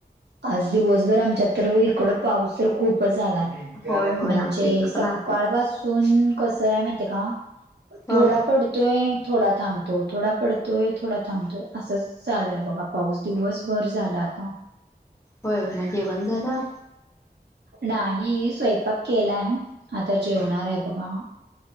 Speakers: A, on the right; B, on the left.
A: आज दिवसभर आमच्या तर इकड पाऊस तर खूपच आलाय.
B: होय होय
A: म्हणजे
B: आमच्या इकडे
A: सकाळ
B: पण आहेच.
A: पासून कस आहे माहितिये का
B: हा.
A: थोडा पड तोय, थोडा थांबतो, थोडा पडतोय थोडा थांबतोय, असंच चालूय बघा पाऊस दिवस भर झालं आता.
B: होय म जेवण झालं?
A: नाही स्वयंपाक केलाय आता जेवणार आहे बघा.